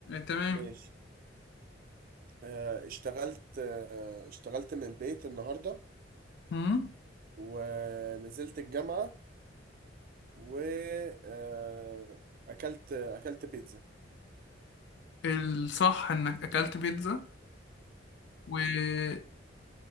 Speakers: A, on the left (about 65°); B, on the right (about 50°).
A: تمام
B: ماشي آه اشتغلت آه اشتغلت من البيت النهاردة
A: امم
B: ونزلت الجامعة و آه اكلت اكلت بيتزا
A: الصح انك اكلت بيتزا واشتغلت